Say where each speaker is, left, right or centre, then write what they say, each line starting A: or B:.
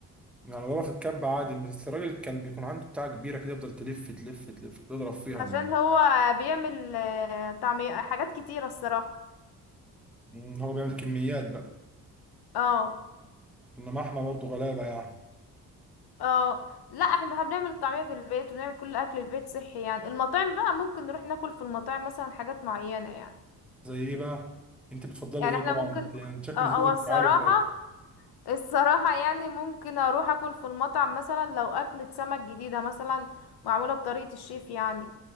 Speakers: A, in the centre; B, on the left.
A: يعني ضربها في الكب عادي بس الراجل كان بيكون عنده بتاعة كبيرة كده يفضل تلف تلف تلف يضرب فيها
B: عشان
A: ال...
B: هو بيعمل آه، طعمية حاجات كتيرة الصراحة
A: إن هو بيعمل كميات بقى
B: اه
A: انما احنا برضو غلابة يعني
B: اه لا احنا احنا بنعمل الطعمية في البيت وبنعمل كل اكل البيت صحي يعني المطاعم بقى ممكن نروح ناكل في المطاعم مثلا حاجات معينة يعني
A: زي ايه بقى انت بتفضلي
B: يعني
A: ايه
B: احنا
A: طبعا
B: ممكن
A: انت يعني شكل
B: اه آه،
A: ذوقك
B: الصراحة
A: عالي في الاكل
B: الصراحة يعني ممكن اروح اكل في المطعم مثلا لو اكلة سمك جديدة مثلا معمولة بطريقة الشيف يعني